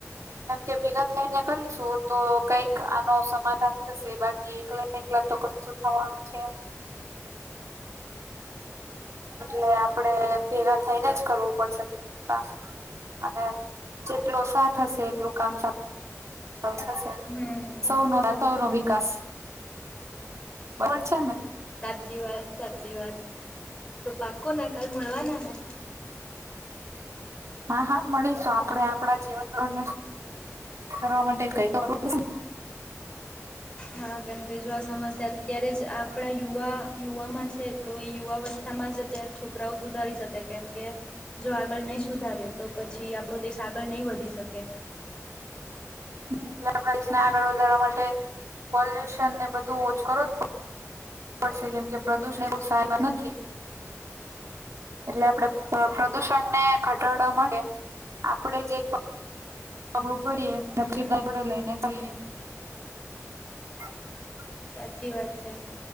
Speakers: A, on the right (about 65°); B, on the left (about 20°).
A: કેમ કે ભેગા થઈને કરીશું તો કઈક આનો સમાધાન થશે બાકી એકલા એકલા તો કશું થવાનું છે નઇ એટલે આપડે ભેગા થઈને જ કરવું પડશે બધું કામ. અને જેટલો સાથ હશે એટલું કામ સા સારુ થશે
B: હમ
A: સૌનો સાથ સૌનો વિકાસ બરોબર છે ને
B: સાચી વાત સાચી વાત તો પાકુંને કાલ મળવાનાને
A: હા હા મળીશું આપણે આપડા જીવન ધોરણને <unintelligible> કરવા માટે કઈક તો કરવું પડશેને
B: હા કેમ કે જો આ સમસ્યા અત્યારે જ આપ આપણા યુવા યુવામાં છે તો એ યુવાવસ્થામાં જ અત્યારે છોકરાઓ સુધારી શકે કેમ કે જો આગળ નહી સુધારીએ તો પછી આપણો દેશ આગળ નહીં વધી શકે
A: <inaudible> હમ્મ એટલે આપ દેશને આગળ વધારવા માટે પોલ્યુશન ને બધું ઓછું કરવું જ પ પડશે કેમ કે પ્રદુષણ એ બોવ સારી વાત નથી એટલે આપડે પ્રદૂષણને ઘટાળવા મળે આપણેે જે <unintelligible> પગલું ભરી એ <unintelligible> લઈને ચલીએ <inaudible>
B: સાચી વાત છે